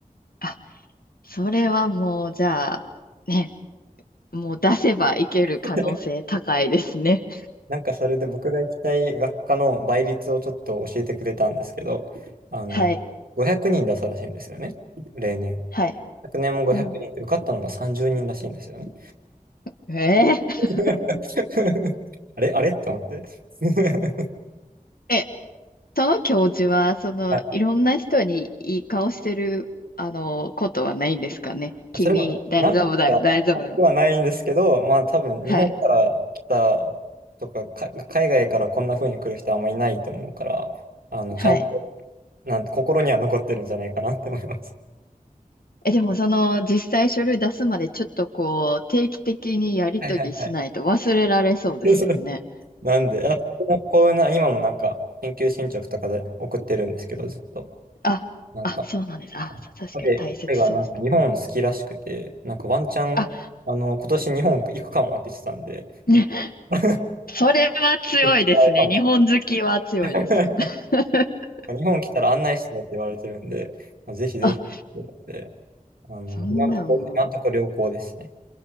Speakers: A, on the left; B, on the right.
A: あ、それはもう、じゃあ、ね、もう出せばいける可能性高いですね。
B: <laughs> なんかそれで僕が行きたい学科の倍率をちょっと教えてくれたんですけど、あの、
A: はい、
B: 500人出したらしいんですよね、例年。
A: はい。
B: 昨年も500人で受かったのが30人らしいんですよね。
A: うん。えー、
B: <laughs> あれあれって思って。<laughs>
A: え、その教授は、その、
B: はい、
A: いろんな人にいい顔してる、あの、ことはないんですかね。君、
B: それもなくは、
A: 大丈夫だよ、大丈夫だよ。
B: なくはないんですけど、まあ多分日本から来たとか、
A: はい、
B: か、海外からこんな風に来る人はあんまりいないと思うから、あの、
A: はい。
B: ちゃんと、なんて心には残ってるんじゃないかなって思います。
A: え、でも、その、実際書類出すまで、ちょっとこう、定期的にやり取りしないと忘れられそうですよね。
B: はいはいはい。<laughs> なんで、あ、こういうな、今もなんか、研究進捗とかで送ってるんですけど、ずっと。
A: あ、
B: なんか、
A: あ、そうなんです。あ、た確かに大切そうです。
B: 彼彼がなんか日本好きらしくて、なんかワンチャン、
A: あ、
B: あの、今年日本行くかもって言ってたんで、
A: ね、
B: <laughs> ち
A: それは強いですね。
B: ょっとあれかもし
A: 日本好きは強いです。
B: れ
A: <laughs>
B: ない日本来たら案内してよって言われてるんで、ぜひぜひ、
A: あ、
B: なんで、あの、
A: そんなんもう。
B: 今んとこ、今んとこ良好ですね。